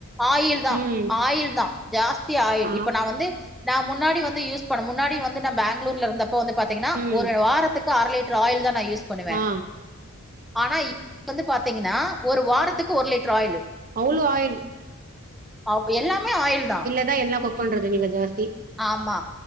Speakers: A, in the centre; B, on the right.
A: ஆயில் தா
B: ம்
A: ஆயில் தா ஜாஸ்தி ஆயில்
B: ஆ
A: இப்ப நா வந்து நா முன்னாடி வந்து யூஸ் பண்ண முன்னாடி வந்து ந பெங்களூர்ல இருந்தப்ப வந்து பாத்தீங்கன்னா
B: ம்
A: ஒரு வாரத்துக் கு அரை லிட்டர் ஆயில் தா நா யூஸ் பண்ணுவே
B: ஆ
A: ஆனா இப் வந்து பாத்தீங்கன்னா ஒரு வாரத்துக்கு ஒரு லிட்டர் ஆயிலு
B: அவ்ளோ ஆயில்
A: அவ் எல்லாமே ஆயில் தா
B: அத எல்லா குக் பண்றது நீங்க ஜாஸ்
A: ஆமா